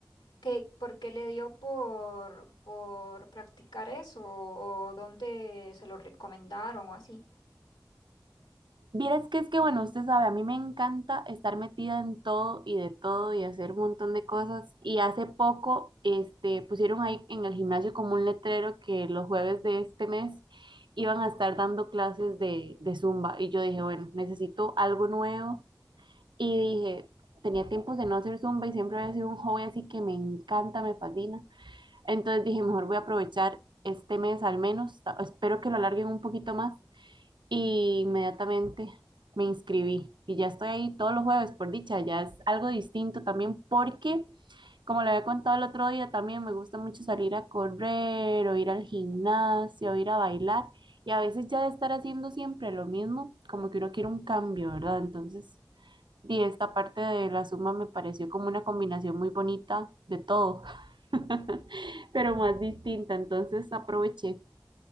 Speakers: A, on the left; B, on the right.
A: ¿qué, por qué le dio por, por practicar eso o dónde se lo recomendaron o así?
B: Vieras que es que, bueno, usted sabe, a mí me encanta estar metida en todo y de todo y hacer un montón de cosas. Y hace poco, este, pusieron ahí en el gimnasio como un letrero que los jueves de este mes iban a estar dando clases de, de Zumba. Y yo dije, bueno, necesito algo nuevo. Y dije, tenía tiempos de no hacer Zumba y siempre había sido un hobby así que me encanta, me fascina. Entonces dije, mejor voy a aprovechar este mes al menos. Espero que lo alarguen un poquito más y inmediatamente me inscribí y ya estoy ahí todos los jueves, por dicha, ya es algo distinto también porque, como le había contado el otro día, también me gusta mucho salir a correr o ir al gimnasio o ir a bailar y a veces ya de estar haciendo siempre lo mismo, como que uno quiere un cambio, ¿verdad? Entonces, y esta parte de la suma me pareció como una combinación muy bonita de todo, <laughs> pero más distinta, entonces aproveché.